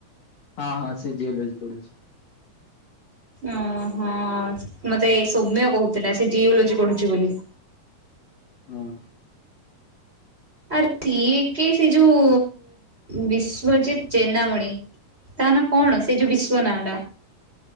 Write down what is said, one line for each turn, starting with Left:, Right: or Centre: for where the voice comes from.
Left: ହଁ ହଁ ସେ ଜିଓଲୋଜି ପଢୁଛି।
Right: ଓ ହଁ ମତେ ସୌମ୍ୟ କହୁଥିଲା ସେ ଜିଓଲୋଜି ପଢୁଛି ବୋଲି।
Left: ହଁ।
Right: ଆରେ ଦିଏ କେ ସେ ଯୋଉ ବିଶ୍ୱଜିତ୍ ଜେନା ମଣି ତା ନା କଣ ସେ ଯୋଉ ବିଶ୍ଵନାଁ ଟା।